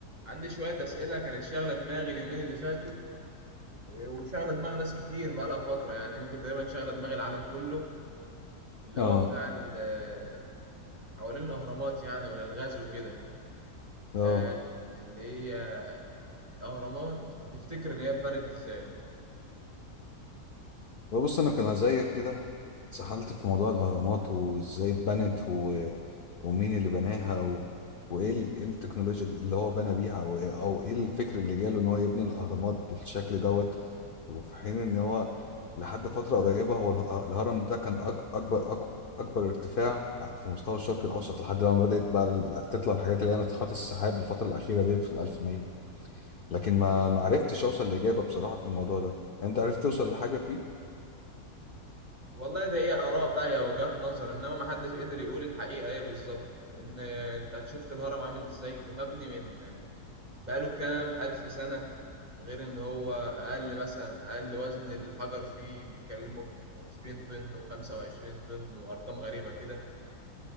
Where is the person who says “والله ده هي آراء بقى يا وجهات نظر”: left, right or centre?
Right